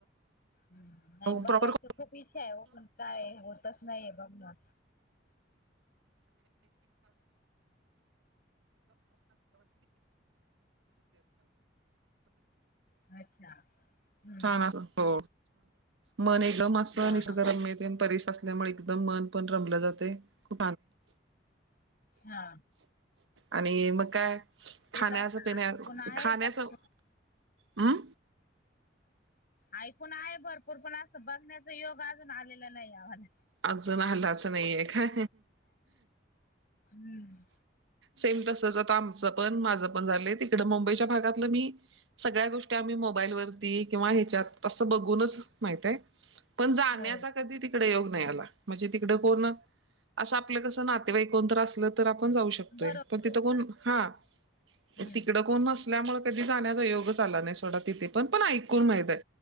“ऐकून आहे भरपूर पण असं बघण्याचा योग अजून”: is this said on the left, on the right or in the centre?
Left